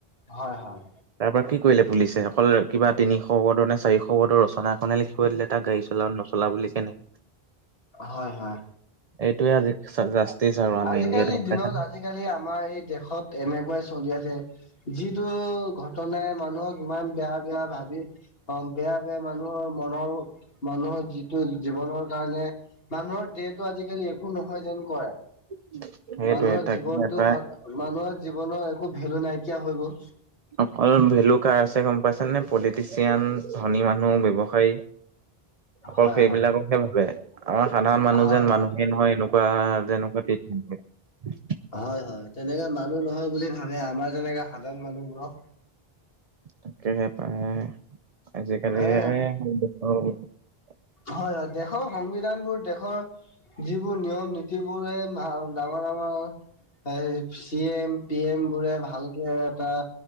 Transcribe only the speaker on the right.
তাৰ পৰা কি কৰিলে পুলিচছে অকল কিবা তিনিশ বৰ্ডৰ নে চাৰিশ ৰ্ডৰ ৰচনা এখনে লিখিল থয় দিলে তাক গাড়ী চলা নচলা বুলি কেনে।
এইটোয়ে আজি জাস্টিস আৰু আমাৰ
ইণ্ডিয়াত গম
পাইছানে।
<unintelligible>
তাকে
এটাই
অকল ভেলু কাৰ আছে গম পাইছা নে পলিটিচিয়ান ধনী মানুহ ব্যৱসায়ী। অকল
সেইবিলাককহে
ভাবে। আমাৰ সাধাৰণ মানুহ
যেন
মানুহে নহয় এনেকুৱা যেনেকুৱা ট্ৰিটমেন্ট দিয়ে।
তাকেহে পায় আজিকালি।
<unintelligible>